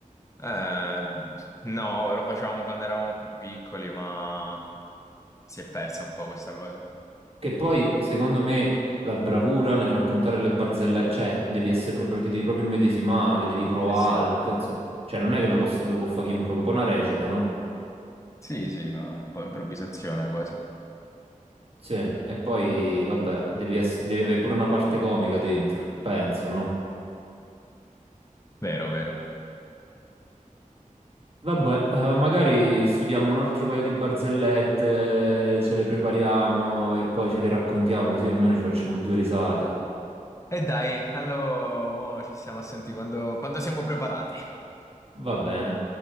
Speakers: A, on the left (about 20°); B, on the right (about 45°).
A: Eh, no, lo facevamo quando eravamo più piccoli, ma si è persa un po' questa cosa.
B: Che poi, secondo me, la bravura nel raccontare le barzellette, cioè, devi essere proprio, ti devi proprio immedesimare, le devi provare,
A: Eh sì,
B: nel senso, cioè, non è che lo, poss- lo può fare chiunque, è un po' una recita, no?
A: sì, sì, un po' improvvisazione quasi.
B: Sì, e poi, vabbè, devi, ess- devi avere pure una parte comica dentro, penso, no?
A: Vero, vero.
B: Vabbè, eh, magari studiamo un altro paio di barzellette, eh, ce le prepariamo e poi ce le raccontiamo, così almeno ci facciamo due risate.
A: E dai, allora mo ci stiamo a sentire quando, quando siamo preparati.
B: Va bene.